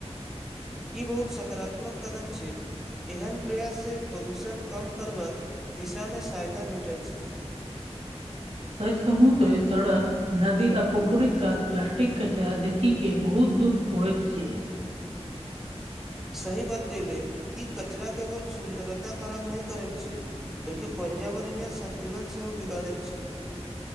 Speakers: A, in the centre; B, on the right (about 65°).
A: ई बहुत सकारात्मक कदम छै। एहन प्रयाससँ प्रदूषण कम करबाक दिशामे सहायता भेटैत छै।
B: सच कहू तऽ सड़क नदी आ पोखरीक कात प्लास्टिकक कचरा देखि कऽ बहुत दुःख होइ छै।
A: सही बात केले ई कचरा केवल सुन्दरता खराब नही करैत छै बल्किपर्यावरणय सतुलन सेहो बिगाड़ैत छै